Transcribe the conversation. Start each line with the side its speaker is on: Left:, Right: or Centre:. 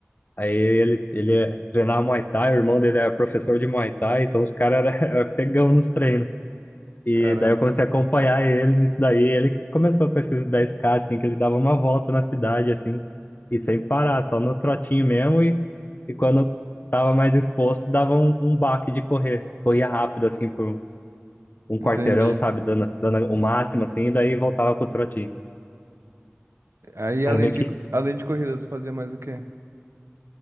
Left: Aí ele, ele é- treinava Muay Thai, o irmão dele era professor de Muay Thai, então os caras era <laughs> era pegão nos treinos. E
Right: Caramba,
Left: daí eu comecei a acompanhar ele nisso daí. Ele que começou com esses 10K, assim, que ele dava uma volta na cidade, assim, e sem parar, só no trotinho mesmo. E, e quando tava mais disposto, dava um, um baque de correr. Corria rápido, assim, por um quarteirão,
Right: entendi.
Left: sabe, dando, dando o máximo, assim, e daí voltava pro trotinho.
Right: Aí,
Left: Era
Right: além
Left: meio
Right: de,
Left: que,
Right: além de corrida, tu fazia mais o quê?